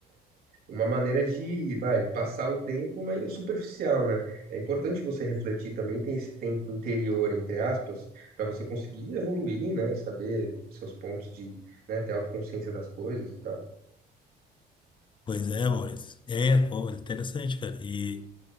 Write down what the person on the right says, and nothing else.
uma maneira de, vai, passar o tempo, mas superficial, né? É importante você refletir também, tem esse tempo interior, entre aspas, para você conseguir evoluir, né? Saber seus pontos de, né, ter autoconsciência das coisas e tal.